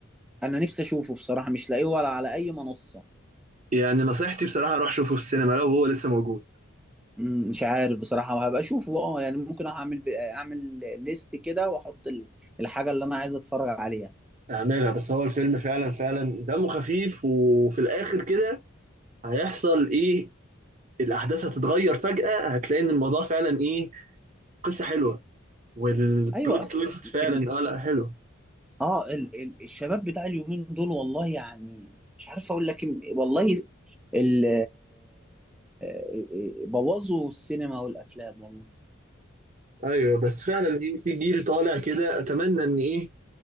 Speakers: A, in the centre; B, on the right (about 40°).
A: انا نفسي اشوفه بصراحه مش لاقيه ولا على اي منصه
B: يعني نصيحتي بصراحة روح شوفه في السينما لو هو لسه موجود
A: مم، مش عارف بصراحه وهبقى اشوفه اه يعني ممكن اعمل ب... اعمل ليست كده واحط ال- الحاجه اللي انا عايز اتفرج عليها
B: اعملها بس هو الفيلم فعلا فعلا دمه خفيف وفي الاخر كده هيحصل ايه الاحداث هتتغير فجأة هتلاقي ان الموضوع فعلا ايه قصة حلوة والبلوت
A: ايوه اصل
B: تويست فعلا
A: ال...
B: اه لا حلو
A: اه ال... ال... الشباب بتاع اليومين دول والله يعني مش عارف اقول لك إيه، والله ال... <laughs> بوظوا السينما والافلام والله
B: ايوه بس فعلا في في جيل طالع كده اتمنى ان ايه